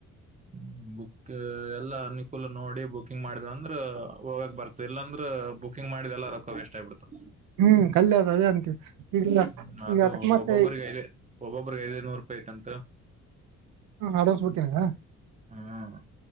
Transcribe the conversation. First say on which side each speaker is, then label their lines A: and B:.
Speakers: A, on the right (about 25°); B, on the right (about 90°).
A: ಹ್ಮ ಬುಕ್ ಎಲ್ಲಾ ಅನುಕೂಲ ನೋಡಿ ಬುಕಿಂಗ್ ಮಾಡಿದ ಅಂದ್ರ ಹೋಗಕ್ ಬರ್ತ ಎಲ್ಲಾಂದ್ರ ಬುಕಿಂಗ್ ಮಾಡಿದ ಎಲ್ಲ ರೊಕ್ಕ ವೇಸ್ಟ್ ಆಗ್ಬಿಡ್ತು
B: ಹ್ಮ್ ಕಲ್ಯ ಅದ ಅದೇ ಅಂತೀವಿ ಈಗ
A: ಹ್ಮ ಅದು
B: ಈಗ ಅಕಸ್ಮಾತ್
A: ಒಬ್ಬೊಬ್ಬ್ರಿಗೆ ಐದ ಒಬ್ಬೊಬ್ಬ್ರಿಗೆ ಐದೈದುನೂರು ರೂಪಾಯಿ ಐತಂತ
B: ಹ ಅಡ್ವಾನ್ಸ್ ಬುಕಿಂಗ್ ಹ
A: ಹ್ಮ್